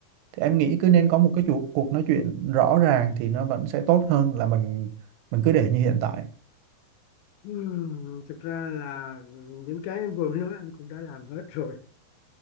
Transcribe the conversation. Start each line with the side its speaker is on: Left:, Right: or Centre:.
Right: thì em nghĩ cứ nên có một cái cuộc cuộc nói chuyện rõ ràng thì nó vẫn sẽ tốt hơn là mình mình cứ để như hiện tại
Left: Ừm, thực ra là những cái em vừa mới nói anh cũng đã làm hết rồi